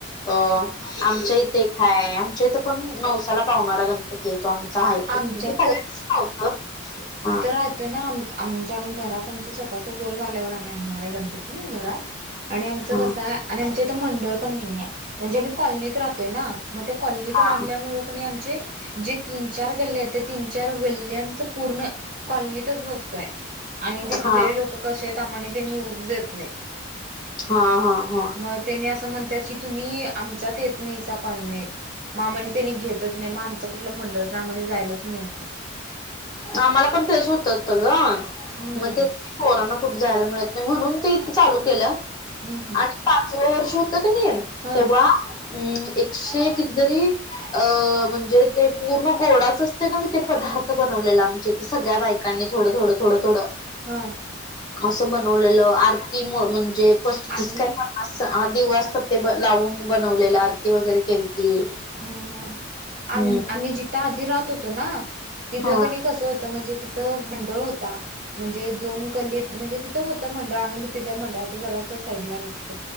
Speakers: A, on the left; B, on the right.
A: आमच्या इथ, आमच्या इथे एक हाय, आमच्या इथ पण, नवसाला पावणारा गण पती ये तो आमचा हाय तो,
B: आमच्यात
A: सगळ्यांनाच पावतो. हा.
B: ऱ्हायतो ना आमचा. आमच्या आम्ही घरात, आमच स्वतःच घर झाल्यावर आम्ही आणणार हाय गणपती घरात. आणि आमचं
A: हा
B: कसं हाय आणि आमच्या इथं मंडळ पण नाही हाय. म्हणजे आम्ही कॉलनीत राहतोय ना? मग त्या कॉलनीत
A: हा
B: राहील्यामुळे आमचे जे तीन चार गल्ल्या आहेत, त्या तीन, चार गल्ल्यांच पूर्ण कॉलनीतच बसतोय. आणि तिथले
A: हा
B: लोक कसे आहेत, आम्हाला तेनी येवुच देत नाही,
A: हा हा हा
B: मग तेनी असं म्हणत्यात की, तुम्ही आमच्यात येत नाईसा कॉलनीत, मा मा नी तेनी घेतच नाही, मग आमच कुठला मंडळ? जे आम्हाला जायलाच मिळत नाही.
A: आम्हाला पण तेच होत होत ग.
B: हम्म
A: मग तेच की पोरांना कुठ जायला मिळत म्हणून ते चालू केलं.
B: हम्म हम्म
A: आणि पाचव वर्ष होतं का नाही
B: हा
A: तेव्हा, अम् एकशे कितीतरी अ म्हणजे ते पूर्ण गोडाच असते कणी ते पदार्थ बनवलेला. आमच्या इथ सगळ्या बायकांनी थोडं थोडं थोडं थोडं.
B: हा.
A: असं बनवलेलं आरती मोल्ड म्हणजे पस्तीस
B: आम्ही
A: काय असा हा दिवा असतात ते लावून बनवलेला आरती वगैरे केलती.
B: हं हं
A: हम्म
B: आम आम्ही जिथे आधी राहत होतो ना. तिथं
A: हा
B: कणी कसं होतं म्हणजे तिथं मंडळ होता. म्हणजे दोन गल्लीत म्हणजे तिथं होतं मंडळ आम्ही तिच्या मंडळाच्या जरास साईडला राहत होतो.